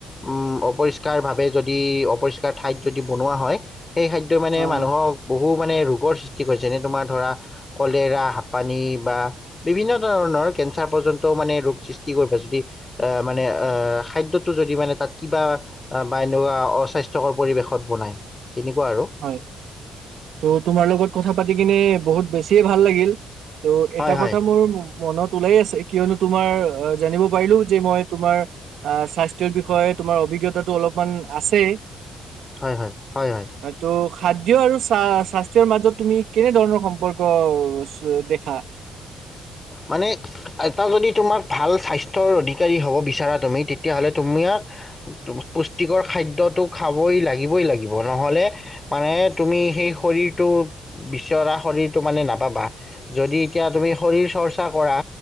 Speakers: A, on the left; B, on the right.
A: উম অপৰিষ্কাৰভাৱে যদি অপৰিষ্কাৰ ঠাইত যদি বনোৱা হয়। সেই খাদ্যই মানে
B: অ
A: মানুহক বহুত মানে ৰোগৰ সৃষ্টি কৰে যেনে তোমাৰ ধৰা কলেৰা, হাপানি বা বিভিন্ন ধৰণৰ কেঞ্চাৰ পৰ্যন্তও মানে ৰোগ সৃষ্টি কৰিব যদি মানে অঁ খাদ্যটো যদি মানে তাত কিবা বা এনেকুৱা অস্বাস্থ্যকৰ পৰিৱেশত বনায়। তেনেকুৱা আৰু
B: হয় ত' তোমাৰ লগত কথা পাতি কিনে বহুত বেছিয়ে ভাল লাগিল। ত'
A: হয়
B: এটা
A: হয়
B: কথা মোৰ মনত ওলাই আছে কিয়নো তোমাৰ জানিব পাৰিলো যে মই তোমাৰ আ স্বাস্থ্যৰ বিষয়ে তোমাৰ অভিজ্ঞতাটো অলপমান আছেই।
A: হয় হয় হয় হয়
B: ত' খাদ্য আৰু স্বাস্থ্যৰ মাজত তুমি কেনে ধৰণৰ সম্পৰ্ক দেখা
A: মানে এটা যদি তোমাক ভাল স্বাস্থ্যৰ অধিকাৰী হ'ব বিচাৰা তুমি তেতিয়াহ'লে তোমাক পুষ্টিকৰ খাদ্যটো খাবই লাগিবই লাগিব নহ'লে মানে তুমি সেই শৰীৰটো বিচৰা শৰীৰটো মানে নাপাবা যদি এতিয়া তুমি শৰীৰ চৰ্চা চৰ্চা কৰা